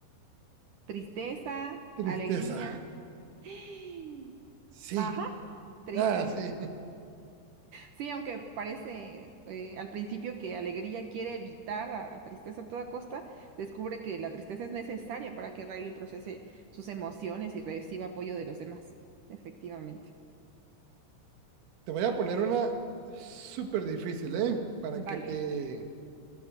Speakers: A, on the right; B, on the right.
A: Tristeza,
B: tristeza.
A: alegría. <gasps>
B: Sí.
A: Ajá, tristeza.
B: Ah, sí. <laughs>
A: Sí, aunque parece eh, al principio que Alegría quiere evitar a, a Tristeza a toda costa, descubre que la tristeza es necesaria para que Riley procese sus emociones y reciba apoyo de los demás. Efectivamente.
B: Te voy a poner una súper difícil, ¿eh? Para
A: Vale,
B: que te,